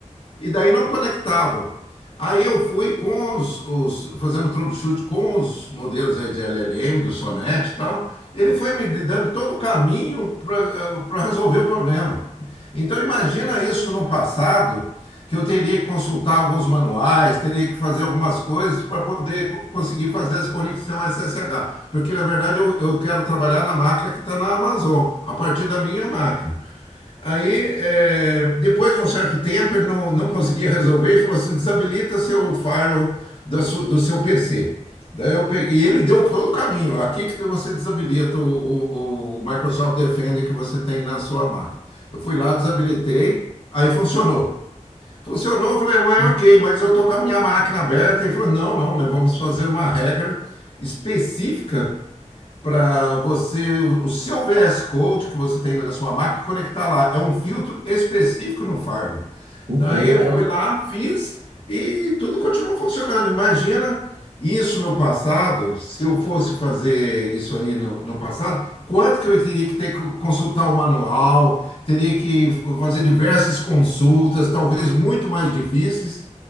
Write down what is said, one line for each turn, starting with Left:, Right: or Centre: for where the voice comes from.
Left: e daí não conectava. Aí eu fui com os, os- fazendo troubleshoot com os modelos aí de LLM, do Sonnet e tal. Ele foi me dando todo o caminho para resolver o problema. Então imagina isso no passado, que eu teria que consultar alguns manuais, teria que fazer algumas coisas para poder co- conseguir fazer essa conexão SSH. Porque na verdade eu, eu quero trabalhar na máquina que está na Amazon, a partir da minha máquina. Aí, é, depois de um certo tempo, ele não, não conseguia resolver e falou assim: desabilita seu firewall da su- do, seu PC. Daí eu peguei, e ele deu todo o caminho. Aqui que você desabilita o, o- o Microsoft Defender que você tem na sua máquina. Eu fui lá, desabilitei, aí funcionou. Funcionou, eu falei, ué,
Right: Hum,
Left: ok, mas eu tô com a minha máquina aberta. Ele falou, não, não, nós vamos fazer uma regra específica para você, o o seu VS Code que você tem na sua máquina, conectar lá. É um filtro específico no Firewall.
Right: Entendo.
Left: Daí eu
Right: É
Left: fui
Right: um,
Left: lá, fiz e tudo continuou funcionando. Imagina isso no passado, se eu fosse fazer isso aí no, no passado, quanto que eu teria que ter que consultar o manual, teria que fazer diversas consultas, talvez muito mais difíceis.